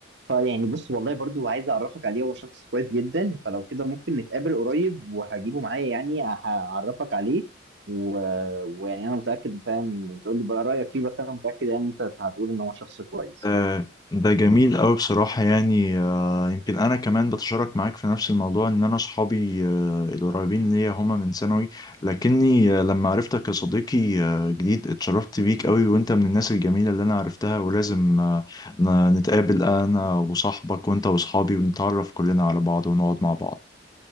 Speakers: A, on the right; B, on the left.
A: فيعني بص والله برضو عايز اعرفك عليه هو شخص كويس جدا فلو كده ممكن نتقابل قريب وهجيبه معايا يعني هعرفك عليه و... ويعني انا متاكد فاهم بتقول لي بقى رايك فيه بس انا متاكد يعني انت هتقول ان هو شخص كويس
B: آه، ده جميل أوي بصراحة يعني آه، يمكن أنا كمان بتشارك معاك في نفس الموضوع إن أنا أصحابي آه، القريبين ليا هما من ثانوي لكني آه، لما عرفتك يا صديقي آه، جديد اتشرفت بيك أوي وأنت من الناس الجميلة اللي أنا عرفتها ولازم آه، ن- نتقابل أنا وصاحبك وأنت وصحابي ونتعرف كلنا على بعض ونقعد مع بعض